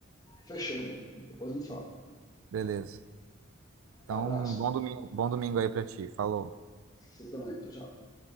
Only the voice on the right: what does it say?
Beleza. Então,
bom domingo, bom domingo aí para ti. Falou.